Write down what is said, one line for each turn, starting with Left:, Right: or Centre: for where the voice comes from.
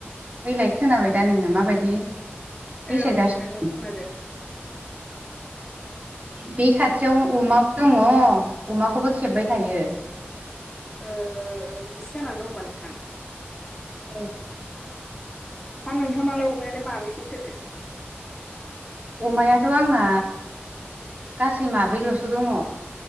Right: देलाय खोनाबाय दा नोंङो माबायदि गेसेेरगासिनो
Left: औ नोंथां औ खोनादों।
Right: बे खाथियाव अमाबो दङ अमाखौबो खेबबाय थायो।
Left: ओ बिदिसो जानानै दं ओम्बा नोंथां।
Right: औ।
Left: हा नोंथांनालाय अमायालाय माबेसे थोनो?
Right: अमायाथ' आंना गासै माब्रैल'सो दङ।